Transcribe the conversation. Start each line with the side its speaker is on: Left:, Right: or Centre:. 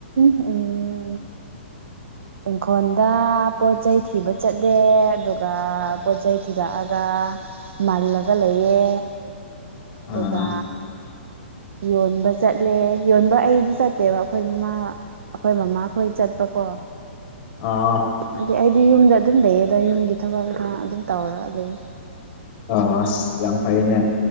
Right: ꯎꯝ ꯏꯪꯈꯣꯟꯗ ꯄꯣꯠꯆꯩ ꯊꯤꯕ ꯆꯠꯂꯦ ꯑꯗꯨꯒ ꯄꯣꯠ ꯆꯩꯩ ꯊꯤꯔꯛꯑꯒ ꯃꯜꯂꯒ ꯂꯩꯌꯦ ꯑꯗꯨꯒ
Left: ꯑꯥ
Right: ꯌꯣꯟꯕ ꯆꯠꯂꯦ ꯌꯣꯟꯕ ꯑꯩꯗꯤ ꯆꯠꯇꯦꯕ ꯑꯈꯣꯏ ꯃꯃꯥ ꯑꯈꯣꯏ ꯃꯃꯥꯈꯣꯏ ꯆꯠꯄꯀꯣ
Left: ꯑꯣ
Right: ꯑꯗꯤ ꯑꯩꯗꯤ ꯌꯨꯝꯗ ꯑꯗꯨꯝ ꯂꯩꯌꯦꯗ ꯌꯨꯝꯒꯤ ꯊꯕꯛ ꯏꯪꯈꯥꯡ ꯑꯗꯨꯝ ꯇꯧꯔ ꯂꯩ
Left: ꯑꯥ ꯑꯁ ꯌꯥꯝ ꯐꯩꯌꯦꯅꯦ